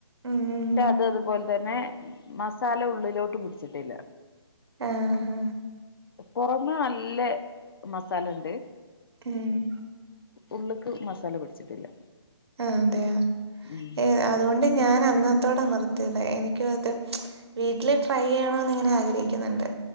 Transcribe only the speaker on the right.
ഉം ഉം
ആഹ ആഹ്
ഏഹ്
ആ അതെയാ
ഏ അതുകൊണ്ട് ഞാൻ അന്നത്തോടെ നിറ തെതെ എനിക്കും അതെ വീട്ടില് ട്രൈ ചെയ്യണന്ന് ങ്ങനെ ആഗ്രഹിക്കുന്നുണ്ട്